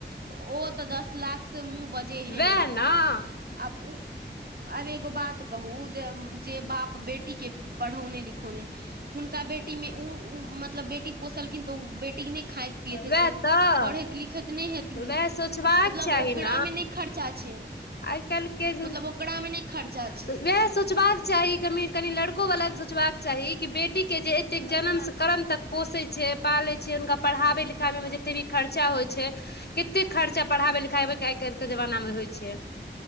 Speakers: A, on the right; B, on the left.
A: ओ तऽ दस लाख से मुह बजेहे
B: वएह
A: नै देथिन
B: ने
A: आब ऊ आब एगो बात कहू जे जे बाप बेटी के पढ़ौने लिखौने हुनका बेटी मे ऊ ओ मतलब बेटी पोसलखिन तऽ ओ बेटी के नय खाइत पियैत हेते
B: वएह तऽ
A: पढ़ैत लि खैत नय हेथिन
B: तऽ वएह सोचबाक चाही
A: ओकरा
B: न
A: मे नहि खर्चा छै
B: आइ काईल के
A: मतलब ओकरा मे नहि खर्चा छै
B: तऽ वएह सोचबाक चाही कनी कनि लड़को वला के सोचबा चाही कि बेटी के जे एते जनम स कर्म तक पोषे छै पाले छै हुनका पढ़ाबे लिखाबे मे जे ते भी खर्चा होइ छै कते खर्चा पढ़ाबे लिखाबे के आइ कायिल के जमाना मे होइ छै